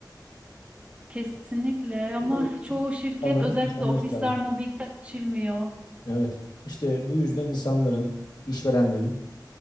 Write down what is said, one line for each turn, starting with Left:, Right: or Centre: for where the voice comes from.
Right: Kesinlikle ama
Left: O
Right: çoğu şirket
Left: insanların
Right: özellikle
Left: bilinçlenmesi
Right: de ofisler
Left: lazım.
Right: mobbingden geçilmiyor.
Left: Evet. İşte bu yüzden insanların, işverenlerin,